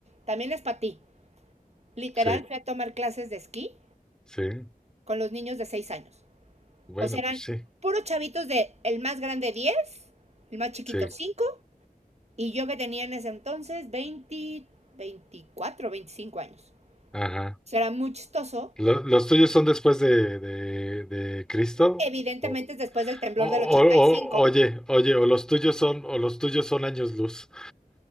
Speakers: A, on the right (about 45°); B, in the centre.
A: También es para ti. Literal,
B: sí,
A: fui a tomar clases de esquí
B: sí.
A: con los niños de 6 años.
B: Bueno,
A: O sea, eran
B: pues sí,
A: puros chavitos de el más grande diez el más chiquito
B: sí.
A: cinco y yo que tenía en ese entonces 20, 24 25 años.
B: Ajá.
A: O sea, era muy chistoso.
B: ¿Lo- ¿Los tuyos son después de, de, de Cristo?
A: Evidentemente
B: O,
A: es después del temblor
B: o- o-
A: del ochenta
B: o-
A: y cinco
B: oye, oye, o los tuyos son, o los tuyos son años luz.